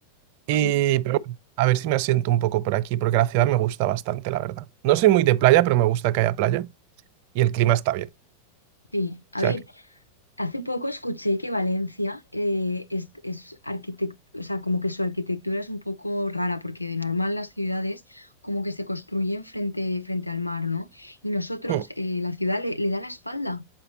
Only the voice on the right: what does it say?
Y,
pero bueno, a ver si me asiento un poco por aquí, porque la ciudad me gusta bastante, la verdad. No soy muy de playa, pero me gusta que haya playa y el clima está bien.
O
sea
que.
Mm.